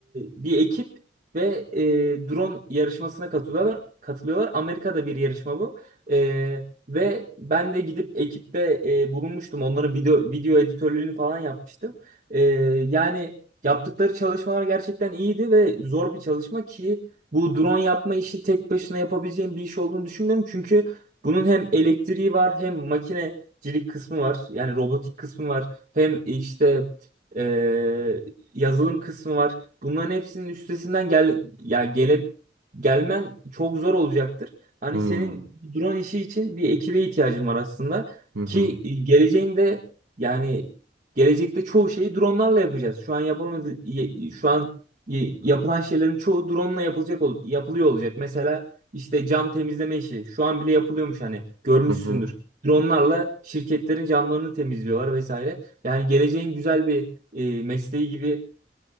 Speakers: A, on the right (about 45°); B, on the right (about 75°).
A: bir ekip ve e, drone yarışmasına katılıyorlar. Katılıyorlar. Amerika'da bir yarışma bu. Ee, ve ben de gidip ekipte e, bulunmuştum. Onların video video editörlüğünü falan yapmıştım. E, yani yaptıkları çalışmalar gerçekten iyiydi ve zor bir çalışma ki bu drone yapma işi tek başına yapabileceğim bir iş olduğunu düşünmüyorum. Çünkü bunun hem elektriği var hem makinecilik kısmı var. Yani robotik kısmı var. Hem işte e, yazılım kısmı var. Bunların hepsinin üstesinden gel yani gele, gelmen çok zor olacaktır. Hani
B: Hmm.
A: senin bu drone işi için bir ekibe ihtiyacın var aslında.
B: Hı hı.
A: Ki e, geleceğinde yani gelecekte çoğu şeyi dronelarla yapacağız. Şu an yapamadı y- şu an y- yapılan şeylerin çoğu drone'la yapılacak ol- yapılıyor olacak. Mesela işte cam temizleme işi şu an bile yapılıyormuş hani görmüşsündür.
B: Hı hı.
A: Drone'larla şirketlerin camlarını temizliyorlar vesaire. Yani geleceğin güzel bir e, mesleği gibi